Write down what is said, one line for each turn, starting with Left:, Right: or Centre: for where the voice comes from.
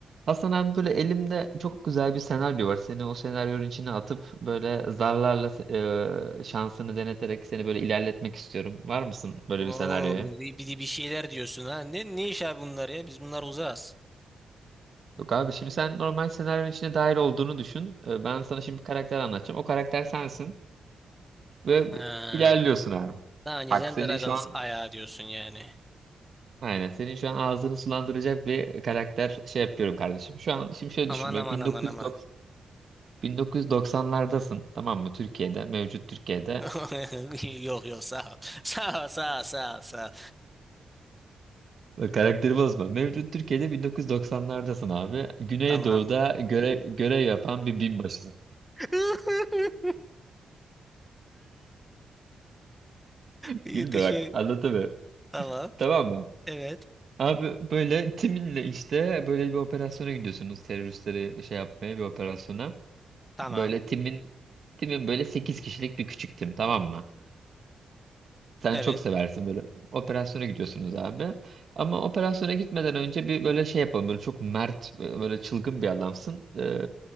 Right: Hasan abi böyle elimde çok güzel bir senaryo var. Seni o senaryonun içine atıp böyle zarlarla e, şansını deneterek seni böyle ilerletmek istiyorum. Var mısın böyle
Centre: Oo,
Right: bir senaryoya?
Centre: bir, bir, bir şeyler diyorsun ha. Ne, ne iş abi bunlar ya? Biz bunlar uzağız.
Right: Yok abi şimdi sen normal senaryonun içine dahil olduğunu düşün. E, ben sana şimdi bir karakter anlatacağım. O karakter sensin ve
Centre: Ha.
Right: b- ilerliyorsun abi.
Centre: Daha önce
Right: Bak
Centre: sen
Right: senin
Centre: Dragons
Right: şu an
Centre: ayağı diyorsun yani.
Right: aynen senin şu an ağzını sulandıracak bir karakter şey yapıyorum kardeşim. Şu an şimdi şöyle
Centre: Aman
Right: düşünme
Centre: aman
Right: 1990
Centre: aman aman.
Right: 1990'lardasın tamam mı Türkiye'de mevcut Türkiye'de
Centre: <laughs> Yok yok sağ ol. Sağ ol sağ ol sağ ol sağ ol.
Right: Bak, Karakteri bozma. Mevcut Türkiye'de 1990'lardasın abi. Güneydoğu'da
Centre: Tamam.
Right: görev, görev yapan bir binbaşısın.
Centre: <laughs> İyi,
Right: Gülme
Centre: Teşekkür.
Right: bak anlatamıyorum.
Centre: Tamam.
Right: Tamam mı?
Centre: Evet.
Right: Abi böyle timinle işte böyle bir operasyona gidiyorsunuz. Teröristleri şey yapmaya bir operasyona.
Centre: Tamam.
Right: Böyle timin timin böyle 8 kişilik bir küçük tim tamam mı? Sen
Centre: Evet.
Right: çok seversin böyle. Operasyona gidiyorsunuz abi. Ama operasyona gitmeden önce bir böyle şey yapalım. Böyle çok mert, e, böyle çılgın bir adamsın. Ee,